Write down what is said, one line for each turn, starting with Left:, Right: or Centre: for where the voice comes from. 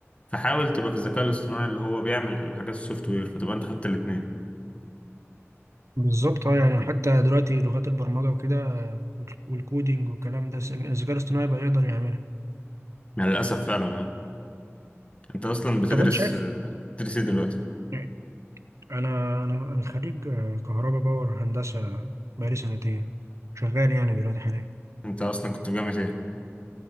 Left: فحاول تبقى في الذكاء الاصطناعي اللي هو بيعمل الحاجات السوفت وير فتبقى انت خدت الاثنين
Right: بالظبط اه يعني حتى دلوقتي لغات البرمجه وكده آه، وال- والكودينج والكلام ده الس- الذكاء الاصطناعي بقى يقدر يعملها
Left: يعني للاسف فعلا اه انت اصلا بتدرس
Right: طب انت شايف
Left: آه، بتدرس ايه دلوقتي
Right: يعني انا انا أنا خريج آه، كهرباء باور هندسه بقالي سنتين شغال يعني دلوقتي حاليا
Left: انت اصلا كنت في جامعة ايه